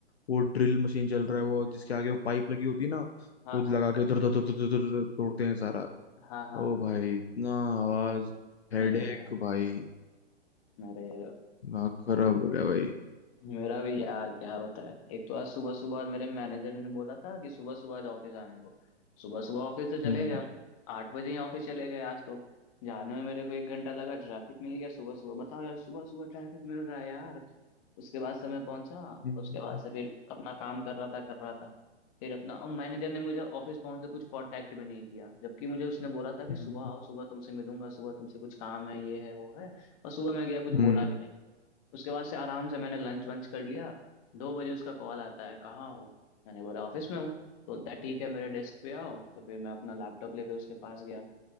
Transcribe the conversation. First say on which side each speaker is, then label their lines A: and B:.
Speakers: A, on the left; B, on the left.
A: वो ड्रिल मशीन चल रहा है वो जिसके आगे वो पाइप लगी होती है ना
B: हाँ
A: वो लगा
B: हाँ
A: के
B: हाँ
A: धर धर धर धर धर धर- धर तोड़ते हैं सारा
B: हाँ हाँ
A: ओ
B: हाँ
A: भाई इतना आवाज हेडेक
B: अरे यार
A: भाई
B: मेरे
A: दिमाग खराब हो गया भाई
B: मेरा भी यार क्या बताए एक तो आज सुबह सुबह मेरे मैनेजर ने बोला था कि सुबह सुबह आज ऑफिस आने को सुबह सुबह ऑफिस से चले
A: हम्म
B: गए हम आठ बजे ही ऑफिस चले गए आज तो जाने में मेरे को एक घंटा लगा ट्रैफिक मिल गया सुबह सुबह बताओ यार सुबह सुबह ट्रैफिक मिल रहा है यार उसके बाद समय पहुंचा
A: हम्म
B: उसके बाद से फिर अपना काम कर रहा था कर रहा था फिर अपना और मैनेजर ने मुझे ऑफिस पहुंचते कुछ कांटेक्ट भी नहीं किया जबकि मुझे उसने बोला था कि
A: हम्म,
B: सुबह आओ सुबह तुमसे मिलूंगा सुबह तुमसे कुछ काम है ये है वो है और सुबह मैं गया कुछ
A: हम्म,
B: बोला भी नहीं उसके बाद से आराम से मैंने लंच वंच कर लिया दो बजे उसका कॉल आता है कहाँ हो मैंने बोला ऑफिस में हूँ तो बोलता है ठीक है मेरे डेस्क पे आओ तो फिर मैं अपना लैपटॉप लेकर उसके पास गया